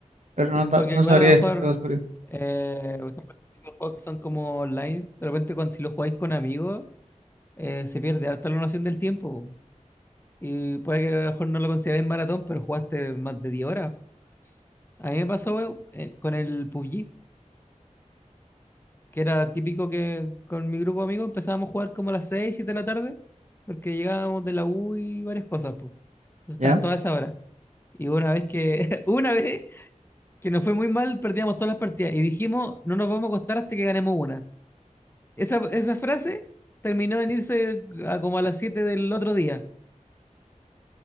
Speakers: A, on the right; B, on the left.
A: pero
B: Sí,
A: no, ta-
B: porque
A: no
B: igual
A: sabría
B: a lo mejor,
A: decirte con seguridad.
B: eh, por ejemplo, ese tipo de juegos que son como online, de repente cuando, si lo jugáis con amigos, eh, se pierde harta la noción del tiempo. Y puede que a lo mejor no lo consideráis maratón, pero jugaste más de 10 horas. A mí me pasó eh, con el PUBG, que era típico que con mi grupo de amigos empezábamos a jugar como a las 6, 7 de la tarde, porque llegábamos de la U y varias cosas, pues. Entonces
A: ¿Ya?
B: estaban todas esas horas. Y una vez que, <laughs> una vez que nos fue muy mal, perdíamos todas las partidas. Y dijimos, no nos vamos a acostar hasta que ganemos una. Esa, esa frase terminó en irse a como a las 7 del otro día.